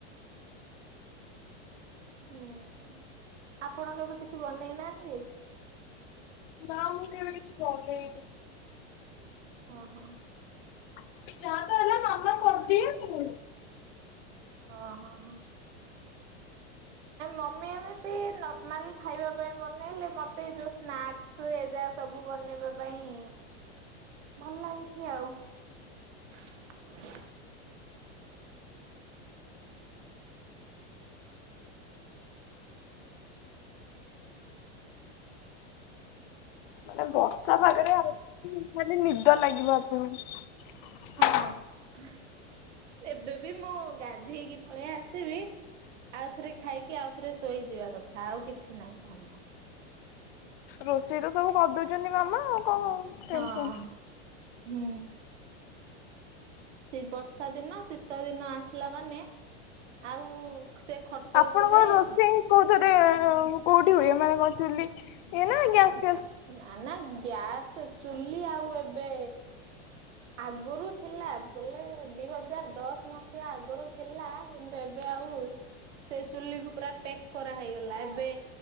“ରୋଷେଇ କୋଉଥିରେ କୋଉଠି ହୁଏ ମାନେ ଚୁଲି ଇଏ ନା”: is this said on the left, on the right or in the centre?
Left